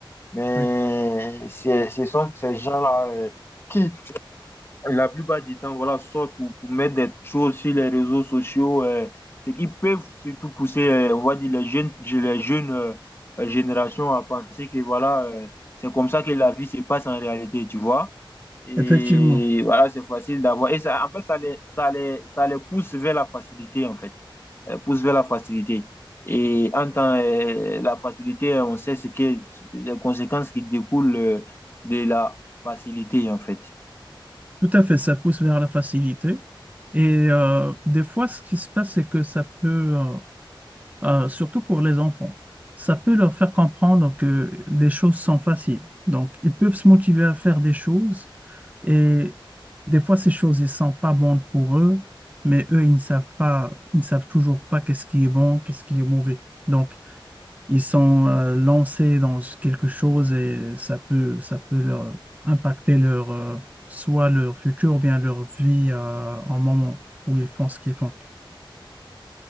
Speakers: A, on the left; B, on the right.
A: mais
B: Oui.
A: c'est- ce sont ces gens-là euh, qui la plupart du temps, voilà, sortent pour, pour mettre des choses sur les réseaux sociaux, euh, ce qui peut surtout pousser, euh, on va dire, les jeunes, les jeunes euh, générations à penser que voilà, euh, c'est comme ça que la vie se passe en réalité, tu vois. Et
B: Effectivement,
A: voilà, c'est facile d'avoir. Et ça, en fait, ça les, ça les, ça les pousse vers la facilité, en fait. Euh, pousse vers la facilité. Et en tant euh, la facilité, on sait ce que les conséquences qui découlent euh, de la facilité, en fait.
B: tout à fait, ça pousse vers la facilité. Et euh, des fois, ce qui se passe, c'est que ça peut, euh, euh, surtout pour les enfants. Ça peut leur faire comprendre que les choses sont faciles. Donc, ils peuvent se motiver à faire des choses et des fois, ces choses, ils sont pas bonnes pour eux, mais eux, ils ne savent pas, ils ne savent toujours pas qu'est-ce qui est bon, qu'est-ce qui est mauvais. Donc, ils sont euh, lancés dans quelque chose et ça peut, ça peut leur impacter leur, euh, soit leur futur ou bien leur vie euh, en moment où ils font ce qu'ils font.